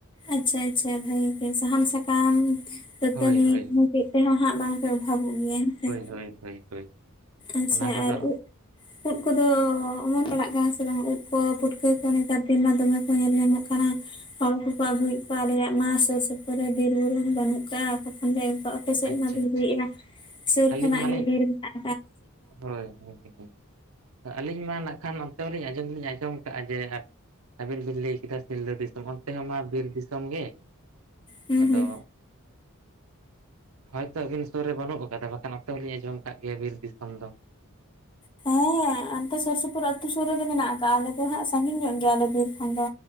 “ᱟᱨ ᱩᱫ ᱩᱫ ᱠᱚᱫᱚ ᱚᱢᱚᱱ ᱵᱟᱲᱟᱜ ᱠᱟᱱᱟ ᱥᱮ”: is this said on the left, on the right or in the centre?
Left